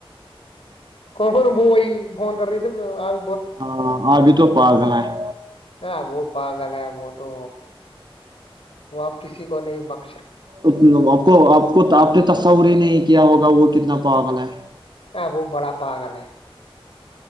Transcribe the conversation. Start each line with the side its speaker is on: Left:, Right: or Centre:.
Left: کون کون وہ وہی فون کر رہی تھے آپ
Right: ہاں اوربھی تو پسنا ہے
Left: ہاں وہ پاگل ہے وہ تو وہ اپ کسی کو نہیں بک
Right: ا کو آپ کو آپ نے تصور ہی نہیں کیا ہوگا وہ کتنا پاگلا ہے
Left: اگو بڑ پا گلے